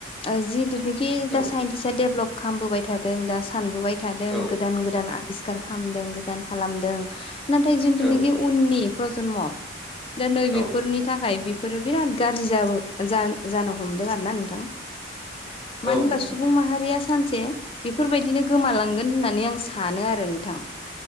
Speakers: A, on the left (about 30°); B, in the centre.
A: ओ जिदुनाखि दा
B: औ
A: साइन्टिसआ डेभलप खालामबोबाय थादों दा सानबोबाय थादों
B: औ
A: गोदान गोदान आबिस्खार खालामदों गोदान खालामदों नाथाय जोंथुनाखि
B: औ
A: उननि प्रजम' दा नैबेफोरनि
B: औ
A: थाखाय बेफोरो बिराद गाज्रि जाबो जा-जानो हमदों आरो ना नोंथां मानो
B: औ
A: होनबा
B: नंगौ
A: सुबुं
B: नंगौ
A: माहारिया सानसे बेफोरबायदिनो गोमालांगोन होननानै आं सानो आरो नोंथां